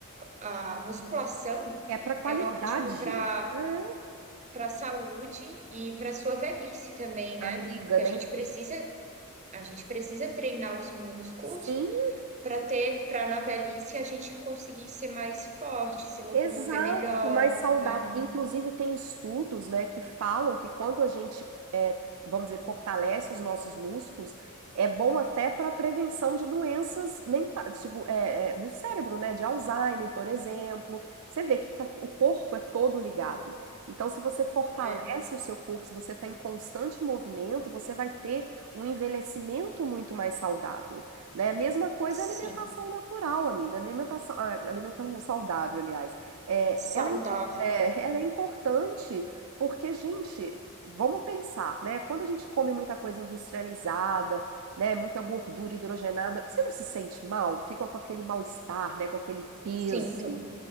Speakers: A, on the right; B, on the right.
A: a musculação
B: É pra qualidade.
A: é ótimo para
B: É,
A: para a saúde e para sua velhice também, né?
B: amiga,
A: que
B: nem.
A: a gente precisa A gente precisa treinar os músculos
B: Sim!
A: para ter, para na velhice a gente conseguir ser mais forte, se locomover
B: Exato,
A: melhor,
B: mais saudável.
A: né?
B: Inclusive, tem estudos, né, que falam que quando a gente, é, vamos dizer, fortalece os nossos músculos, é bom até para a prevenção de doenças mentais, tipo, é, é, no cérebro, né, de Alzheimer, por exemplo. Você vê que tá- o corpo é todo ligado. Então, se você fortalece
A: É,
B: o seu corpo, se você está em constante movimento, você vai ter um envelhecimento muito mais saudável, né? Mesma coisa
A: sim,
B: é alimentação natural, amiga. Alimentação, ah, alimentação saudável, aliás. É,
A: saudável.
B: ela é, impor- é, ela é importante porque, gente, vamos pensar, né? Quando a gente come muita coisa industrializada, né? Muita gordura hidrogenada, você não se sente mal? Fica com aquele mal-estar, né? Com aquele peso.
A: Sinto.